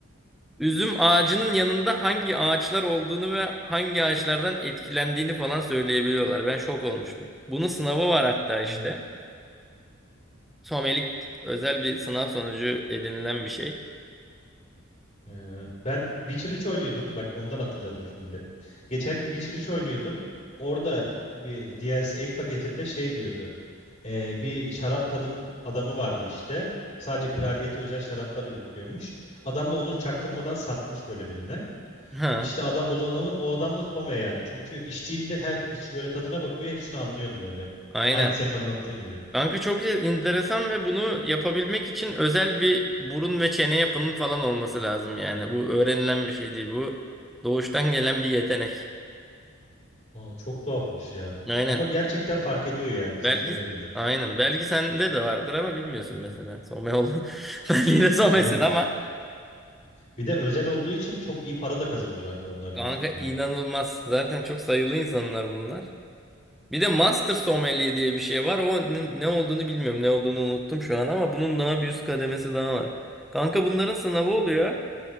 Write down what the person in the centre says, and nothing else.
Üzüm ağacının yanında hangi ağaçlar olduğunu ve hangi ağaçlardan etkilendiğini falan söyleyebiliyorlar. Ben şok olmuştum. Bunun sınavı var hatta işte.
Somelik özel bir sınav sonucu edinilen bir şey.
Ha,
aynen.
Kanka çok enteresan ve bunu yapabilmek için özel bir burun ve çene yapının falan olması lazım yani. Bu öğrenilen bir şey değil. Bu doğuştan gelen bir yetenek.
Aynen.
Belki
aynen. Belki sende de vardır ama bilmiyorsun mesela. Some ol. <laughs> Ben yine
somesin
ama.
Kanka
inanılmaz. Zaten çok sayılı insanlar bunlar. Bir de Master Sommelier diye bir şey var. O ne, ne olduğunu bilmiyorum. Ne olduğunu unuttum şu an ama bunun daha bir üst kademesi daha var. Kanka bunların sınavı oluyor.